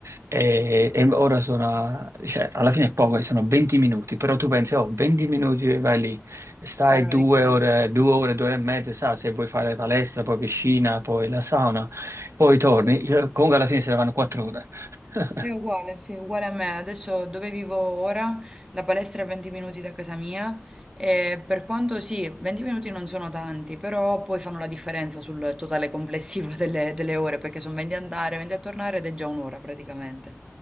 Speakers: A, on the right (about 70°); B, on the right (about 15°).
A: e, e ora sono, a- cioè, alla fine è poco, sono 20 minuti, però tu pensi, oh, 20 minuti vai lì, stai
B: fanno
A: due
B: la differenza.
A: ore, due ore, due ore e mezza, sa, se vuoi fare palestra, poi piscina, poi la sauna, poi torni,
B: Sì.
A: Io- comunque alla fine se ne vanno quattro ore. <laughs>
B: È uguale, sì, uguale a me. Adesso dove vivo ora, la palestra è 20 minuti da casa mia e per quanto sì, 20 minuti non sono tanti, però poi fanno la differenza sul totale complessivo <laughs> delle, delle ore, perché sono 20 a andare, 20 a tornare ed è già un'ora praticamente.